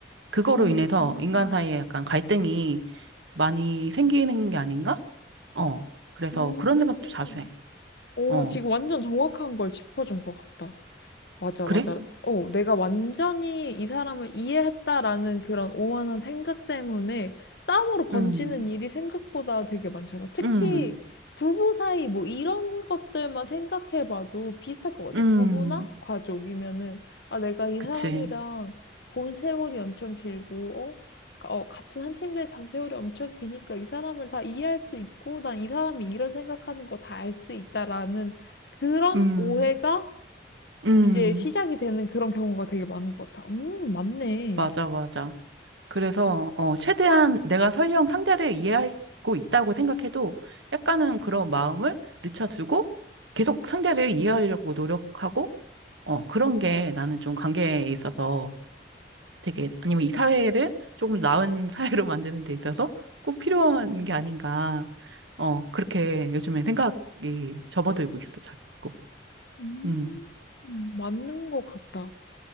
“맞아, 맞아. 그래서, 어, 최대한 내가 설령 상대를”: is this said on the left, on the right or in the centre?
Right